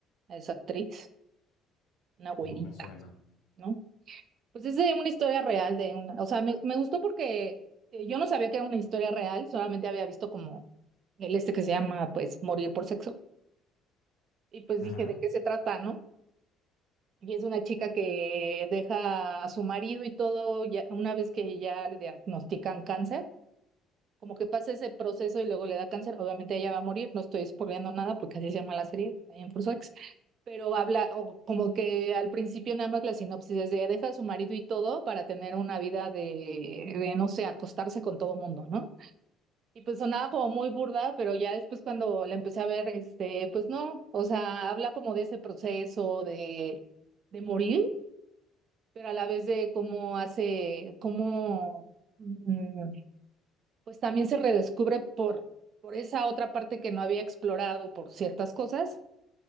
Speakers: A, on the right; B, on the left.
A: esa actriz, una güerita,
B: no me suena.
A: ¿no? Pues es de una historia real de una, o sea, me, me gustó porque eh, yo no sabía que era una historia real, solamente había visto como el este que se llama, pues, Morir por Sexo, y pues
B: Ajá.
A: dije, ¿de qué se trata, no? Y es una chica que deja a su marido y todo, ya, una vez que ya le diagnostican cáncer, como que pasa ese proceso y luego le da cáncer, obviamente ella va a morir, no estoy spoileando nada porque así se llama la serie, también por Ex, pero habla o como que al principio nada más la sinopsis es de deja a su marido y todo para tener una vida de, de no sé, acostarse con todo mundo, ¿no? Y pues sonaba como muy burda, pero ya después cuando la empecé a ver, este, pues no, o sea, habla como de ese proceso de de morir pero a la vez de cómo hace, cómo, mm, pues también se redescubre por, por esa otra parte que no había explorado por ciertas cosas,